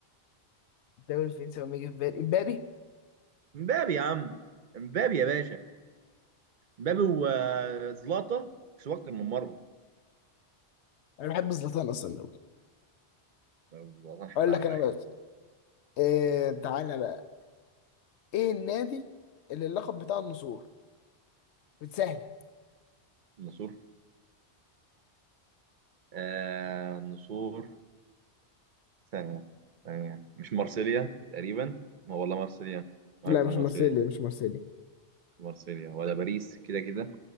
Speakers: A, on the left; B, on the right.
A: الدوري الفرنسي وما يجي في بالي امبابي
B: مبابي يا عم مبابي يا باشا مبابي وزلاطه كسبوا اكتر من مره
A: انا بحب زلاتان اصلا أوي.
B: والله حتى
A: اقول
B: على
A: لك
B: الرايق
A: انا بقى آه، تعالى بقى ايه النادي اللي اللقب بتاع النسور بتسهله
B: النصور آه النصور ثانيه ثانيه مش مارسيليا تقريبا ما والله مارسيليا ما
A: لا
B: هيكون
A: مش
B: مارسيليا
A: مارسيليا مش مارسيليا
B: مش مارسيليا ولا باريس كده كده